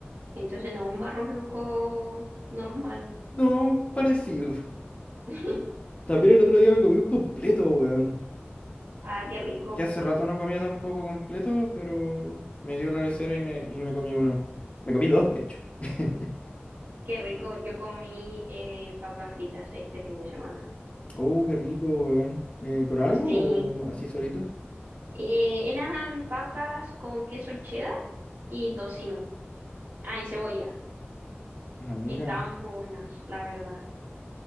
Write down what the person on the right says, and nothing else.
Entonces no, un barrosluco normal.
<laughs>
Ah, qué rico,
qué rico. Yo comí eh, papas fritas este fin de semana.
Sí,
Eh, eran papas con queso cheddar y tocino. Ah, y cebolla.
Estaban muy buenas, la verdad.